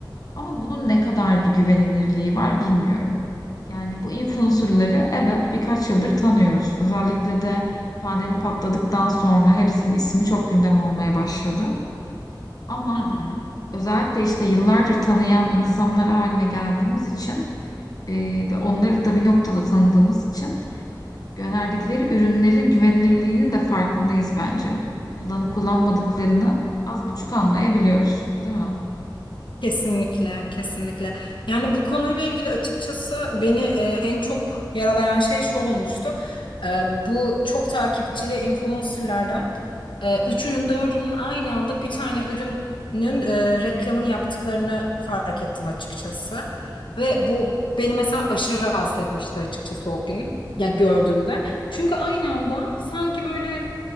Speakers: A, on the left (about 50°); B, on the left (about 85°).
A: Ama bunun ne kadar bir güvenilirliği var bilmiyorum. Yani bu influencerları evet birkaç yıldır tanıyoruz. Özellikle de pandemi patladıktan sonra hepsinin ismi çok gündem olmaya başladı. Ama
B: Hı hı.
A: özellikle işte yıllardır tanıyan insanlar haline geldiğimiz için e, ve onları da bir noktada tanıdığımız için gönderdikleri ürünlerin güvenilirliğinin de farkındayız bence. Hani kullanıp kullanmadıklarını az buçuk anlayabiliyoruz, değil mi?
B: Kesinlikle, kesinlikle. Yani bu konuyla ilgili açıkçası beni e, en çok yaralayan şey şu olmuştu. E, bu çok takipçili influencerlardan e, üçünün dördünün aynı anda bir tane ürünün e, reklamını yaptıklarını fark ettim açıkçası. Ve bu beni mesela aşırı rahatsız etmişti açıkçası o gün. Yani gördüğümde. Çünkü aynı anda sanki böyle